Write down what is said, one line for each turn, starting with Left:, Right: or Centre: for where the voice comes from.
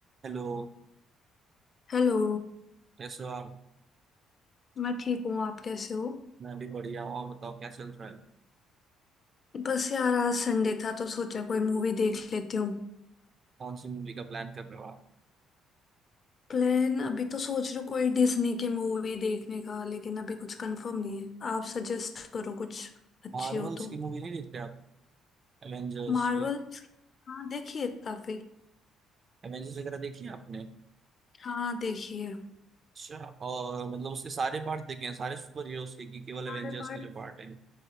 Right: Hello
Left: Hello
Right: कैसे हो आप
Left: मैं ठीक हूँ आप कैसे हो
Right: मैं भी बढ़िया हूँ आप बताओ क्या चल रहा है
Left: बस यार आज संडे था तो सोचा कोई मूवी देख लेती हूँ
Right: कौन सी मूवी का प्लान कर रहे हो आप
Left: प्लान अभी तो सोच रही हूँ कोई डिज्नी की मूवी देखने का लेकिन अभी कुछ कंफर्म नहीं है आप सजेस्ट करो कुछ अच्छी
Right: मार्वल्स
Left: हो तो
Right: की मूवी नहीं देखते आप एवेंजर्स
Left: मार्वल हाँ देखिए काफी
Right: एवेंजर्स वगैरह देखी है आपने
Left: हाँ देखिए
Right: अच्छा और मतलब उसके सारे पार्ट देखे हैं सारे सुपर हीरोज के कि केवल एवेंजर्स
Left: सारे पार्ट
Right: के जो पार्ट हैं